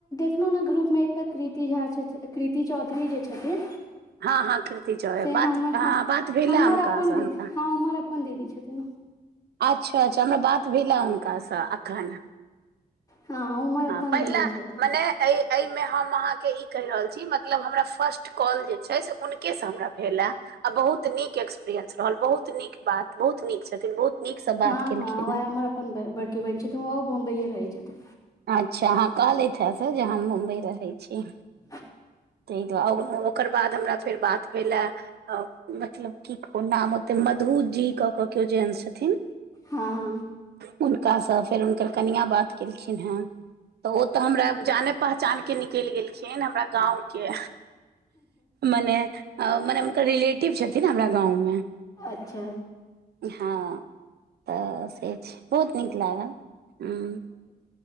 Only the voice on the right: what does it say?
हँ हँ कीर्ति चौबे
बात
हँ
बात भेलए
हुनकासँ
हमरा
अच्छा अच्छा हमरा बात भेला हुनका सँ अखन
हँ पहिला
मने एहि एहिमे हम अहाँ के ई कहि रहल छी मतलब हमरा फर्स्ट कॉल जे छै से हुनके स हमरा भेला आ बहुत नीक एक्सपीरियंस रहल बहुत नीक बात बहुत नीक छथिन बहुत नीकसँ
बात केलखिन
हें
अच्छा हॅं कहलैथा से जे हम मुम्बई रहैत छी
ताहि दुआरे ओकर बाद हमरा फेर बात भेलए मतलब की कहुं नाम ओते मधु जी कऽ कऽ केओ जेन्स छथिन
हुनका सँ फेर हुनकर कनिआ बात केलखिन हें तऽ ओ तऽ हमरा जाने पहचान के निकलि गेलखिन हमरा गाँव के मने अ मने हुनकर रिलेटिव छथिन हमरा गाँवमे
हँ तऽ से छै बहुत नीक लागल हूं